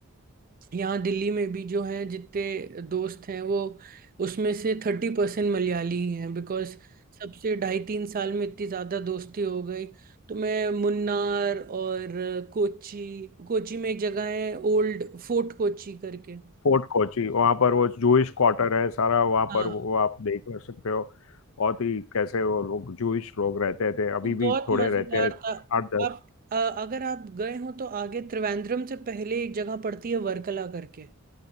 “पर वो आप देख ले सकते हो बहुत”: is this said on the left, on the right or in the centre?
Left